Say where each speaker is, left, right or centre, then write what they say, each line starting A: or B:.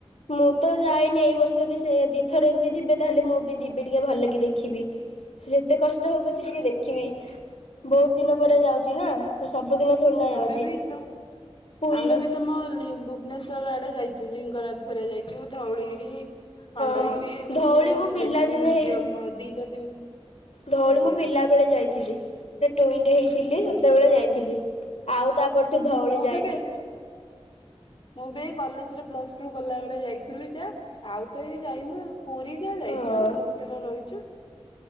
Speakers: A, on the left; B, on the left.
A: ମୁଁ ତ ଯାଇନି ଏଇ ବର୍ଷ ଯଦି ସେ ଦିଥରେ ଏମିତି ଯିବେ ତାହେଲେ ମୁଁ ବି ଯିବି। ଟିକେ ଭଲ କି ଦେଖିବି। ସେ ଯେତେ କଷ୍ଟ ହଉ ପଛେ ଟିକେ ଦେଖିବି। ବହୁତ ଦିନ ପରେ ଯାଉଛି ନା ତ ସବୁଦିନ ଥୋଡି ନା
B: ଆମେ
A: ଯାଉଛି
B: ବି ତ
A: ପୁରୀ
B: ଆମେ
A: ଲୋକ
B: ବି ତମ ଲି ଭୁବନେଶର ଆଡେ ଯାଇଛୁ। ଚୁ ଲିଙ୍କରାଜ ଘରଆ ଯାଇଛୁ ଧଉଳିଗିରି ଖଣ୍ଡଗିରି
A: ହଁ
B: ଏଇଗୁଡା
A: ଧଉଳି
B: ସବୁ ଯାଇ
A: ମୁଁ
B: ବୁଲି
A: ପିଲାଦିନେ
B: ଆସୁଛୁ ମୁଜିୟମ
A: ହେଇ
B: ଦିଟା ତିନି
A: ଧଉଳି
B: ଆଜ୍ଞା
A: ମୁଁ ପିଲା ବେଳେ ଯାଇଥିଲି ଟୁଇଁ ସେ ହେଇଥିଲି
B: ହୁଁ
A: ସେତେବେଳେ ଯାଇଥିଲି ଆଉ ତାପରଠୁ ଧଉଳି
B: ମୁଁ
A: ଯାଇନି।
B: ବି ବେଶ ମୁଁ ବି କଲେଜରେ ପ୍ଲସ ଟୁ କଲା ବେଳେ ଯାଇଥିଲି ଯା ଆଉ ତ ଏଇ ଯାଇନୁ। ପୁରୀ ଯାହା ଯାଇଛୁ
A: ହଁ
B: ବହୁତ ଥର ରହିଛୁ।